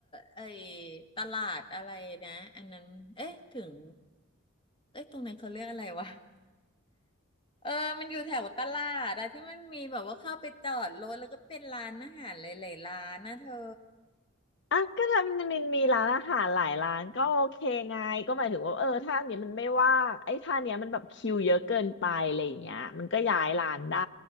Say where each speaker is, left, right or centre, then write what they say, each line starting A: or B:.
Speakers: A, on the left (about 25°); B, on the left (about 60°).
A: ไอ้ตลาดอะไรนะอันนั้นเอ๊ะถึงเอ๊ะตรงนั้นเขาเรียกอะไรวะเออมันอยู่แถวตลาดอะที่มันมีแบบว่าเข้าไปจอดรถแล้วก็เป็นร้านอาหารหลายๆร้านนะเธอ
B: อ่ะก็ทำมันมีร้านอาหารหลายร้านก็โอเคไงก็หมายถึงว่าเออถ้าอันเนี้ยมันไม่ว่างไอ้ถ้าอันเนี้ยมันแบบคิวเยอะเกินไปอะไรอย่างเงี้ยมันก็ย้ายร้านได้